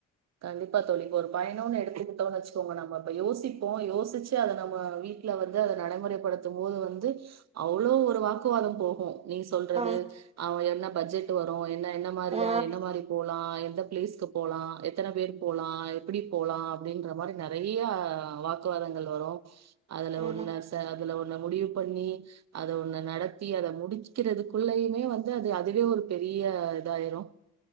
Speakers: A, on the right; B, on the right.
A: கண்டிப்பா தோழி இப்போ ஒரு பயணம்னு எடுத்துக்கிட்டோம்ன்னு வச்சுக்கோங்க நம்ம இப்ப யோசிப்போ யோசிச்சு அத நம்ம வீட்டுல வந்து அத நடைமுறைப்படுத்து போது வந்து அவ்வளோ ஒரு வாக்குவாதம் போகு நீ சொல்றது
B: ஆ
A: என்ன பட்ஜெட் வரு என்ன என்ன மாதிரியா
B: ஆ
A: என்ன மாதிரி போலா எந்த பிளீஸ்கு போகலா எத்தன பேர் போலா எப்படி போலா அப்படின்ற மாரி நிறைய வாக்குவாதங்கள் வரு அதுல
B: ஆமாங்க
A: ஒரு ந அதுல ஒரு ன்ன முடிவு பண்ணி அத ஒன்ன நடத்தி அத முடிக்கிறதுக்குள்ளயுமே வந்து அ அது அதுவே ஒரு பெரிய இதாயிரும்